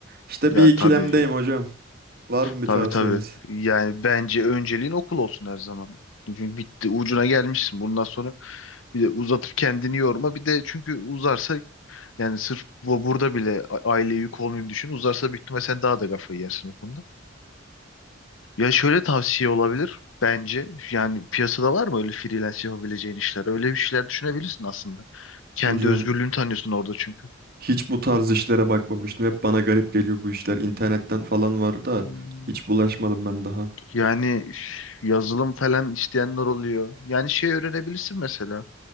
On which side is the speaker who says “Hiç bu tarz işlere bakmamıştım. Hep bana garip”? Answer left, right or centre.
Right